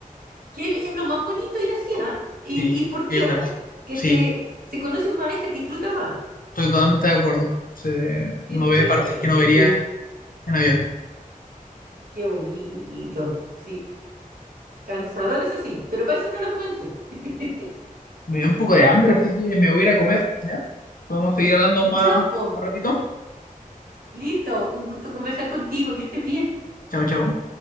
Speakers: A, on the right; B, on the left.
A: que el- es lo más bonito ir así, ¿ah? Y
B: Sí,
A: ir por
B: sí,
A: tierra,
B: otra cosa.
A: que
B: Sí,
A: se, se conocen más y se disfruta más.
B: estoy totalmente de acuerdo. Se-
A: Qué,
B: uno
A: entrete,
B: ve partes que no vería en, en avión.
A: qué bonito. Sí, cansador eso sí, pero para eso está la juventud. <laughs>
B: Me dio un poco de hambre, así que me voy a ir a comer, ¿ya? Podemos seguir hablando más
A: Ya, po,
B: un ratito.
A: Lito, un gusto conversar contigo, que estés bien.
B: Chao, chao.